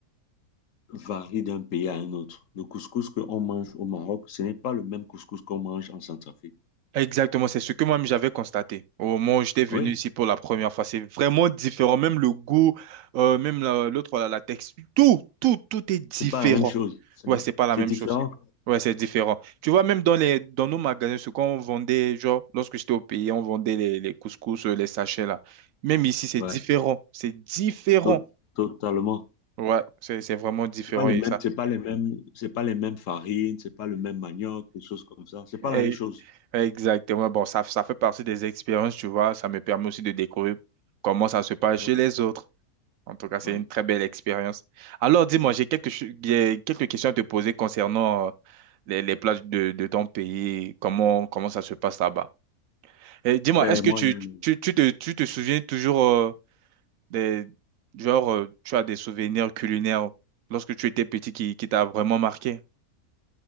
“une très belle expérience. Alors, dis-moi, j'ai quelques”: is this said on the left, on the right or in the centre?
Right